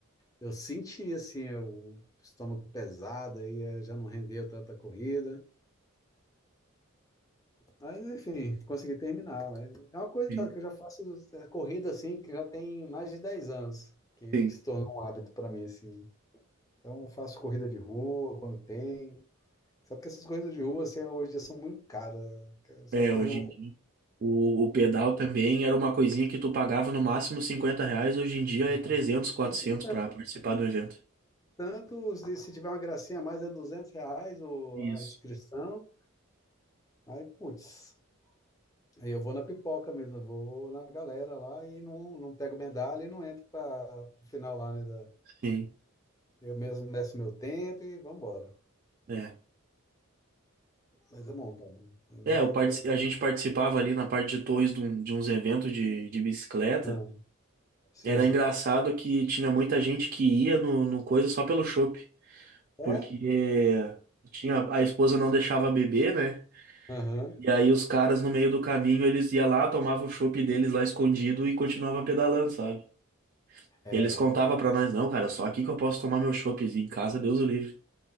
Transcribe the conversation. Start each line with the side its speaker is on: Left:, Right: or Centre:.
Left: eu senti assim eh, o estômago pesado, aí eh, já não rendeu tanta corrida. Mas enfim, consegui terminar. Mas é uma coisa,
Right: Sim.
Left: cara, que eu já faço eh, corrida assim, que já tem mais de 10 anos, que,
Right: Sim.
Left: que se tornou um hábito para mim assim. Então eu faço corrida de rua quando tem. Só porque essas corridas de rua assim, hoje em dia são muito caras. né? Você
Right: É,
Left: vai correr
Right: hoje
Left: uma
Right: em dia. O, o pedal também era uma coisinha que tu pagava no máximo 50 reais, hoje em dia
Left: Mano,
Right: é 300
Left: então, é,
Right: 400
Left: sempre
Right: para participar do evento.
Left: tanto, se se tiver uma gracinha a mais é 200 reais o,
Right: Isso.
Left: a inscrição, aí putz, Aí eu vou na pipoca mesmo, eu vou na galera lá e não, não pego medalha e não entro para o final lá, né? da-
Right: Sim,
Left: eu mesmo meço meu tempo e vamos embora.
Right: é.
Left: Mas é montão. Mas
Right: É,
Left: é
Right: eu partici-
Left: tem
Right: a gente participava ali na parte de Torres de, um- de uns eventos de, de bicicleta.
Left: Não. Sim.
Right: Era engraçado que tinha muita gente que ia no, no coisa só pelo chopp,
Left: É?
Right: porque tinha, a esposa não deixava beber, né?
Left: Aham.
Right: E aí os caras no meio do caminho, eles iam lá, tomavam o chopp deles lá escondido e continuavam pedalando, sabe?
Left: É,
Right: E eles
Left: rapaz.
Right: contavam pra nós, não, cara, só aqui que eu posso tomar meu chopp em casa, Deus o livre.